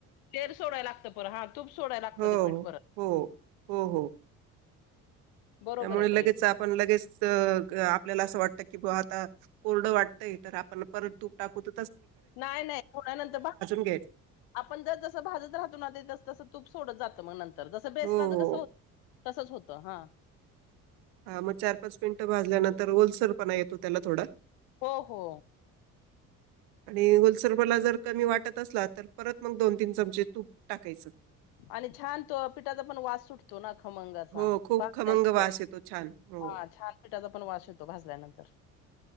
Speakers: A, on the left; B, on the right.
A: तेल सोडाय लागतं पर हा तूप सोडाय लागत
B: हो,
A: ते पीठ परत
B: हो, हो हो
A: बरोबर
B: त्यामुळे
A: आहे ताई
B: लगेच आपण लगेच आपल्याला असं वाटत कि बा आता कोरडं वाटतंय तर आपण परत तूप टाकूत
A: नाही नाही ोड्यानंतर
B: घ्यायचं
A: आपण जर जस भाजत राहत तस तस तूप सोडत जात मग नंतर जस बेसनाचा
B: हो. हो.
A: कसं होत तसंच होतं हा
B: हा मग चार पाच मिनटं भाजल्यानंतर ओलसर पणा येतो त्याला थोडा
A: हो हो
B: आणि ओलसर पणा जर कमी वाटत असला तर परत मग दोन तीन चमचे तूप टाकायचं.
A: आणि छान तो पिठाचा पण वास सुटतो ना खमंग असा
B: हो खूप
A: भाजल्यानंतर
B: खमंग वास येतो छान हो.
A: हा छान पीठाचा पण वास येतो भाजल्यानंतर